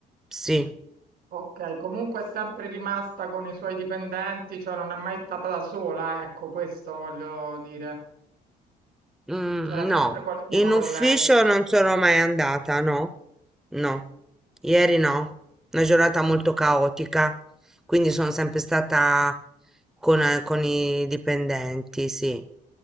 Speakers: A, in the centre; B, on the right.
A: Sì,
B: Ok, comunque è sempre rimasta con i suoi dipendenti, cioè non è mai stata da sola, ecco, questo voglio dire.
A: Mm,
B: C'era sempre
A: no,
B: qualcuno
A: in ufficio
B: con lei.
A: non sono mai andata, no, no, ieri no, una giornata molto
B: Oh,
A: caotica, quindi sono sempre stata con, eh, con i dipendenti, sì.